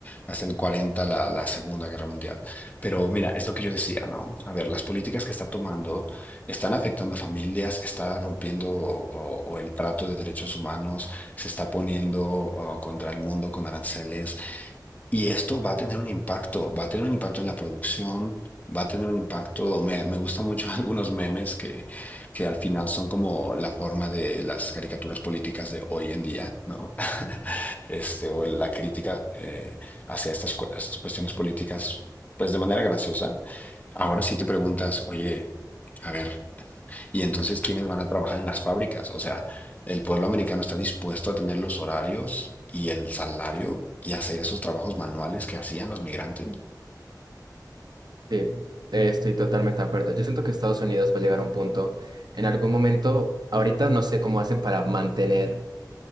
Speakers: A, on the left (about 20°); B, on the right (about 70°).
A: hasta el 40 la, la Segunda Guerra Mundial. Pero mira, es lo que yo decía, ¿no? A ver, las políticas que está tomando están afectando a familias, está rompiendo o, o- o el trato de derechos humanos, se está poniendo oh, contra el mundo con aranceles. Y esto va a tener un impacto, va a tener un impacto en la producción, va a tener un impacto, me, me gustan mucho <laughs> algunos memes que, que al final son como la forma de las caricaturas políticas de hoy en día, ¿no? <laughs> Este, o la crítica eh, hacia estas, cu- estas cuestiones políticas, pues de manera graciosa. Ahora sí te preguntas, oye, a ver. Y entonces, ¿quiénes van a trabajar en las fábricas? O sea, el pueblo americano está dispuesto a tener los horarios y el salario y hacer esos trabajos manuales que hacían los migrantes.
B: Sí, eh, estoy totalmente de acuerdo. Yo siento que Estados Unidos va a llegar a un punto, en algún momento, ahorita no sé cómo hacen para mantener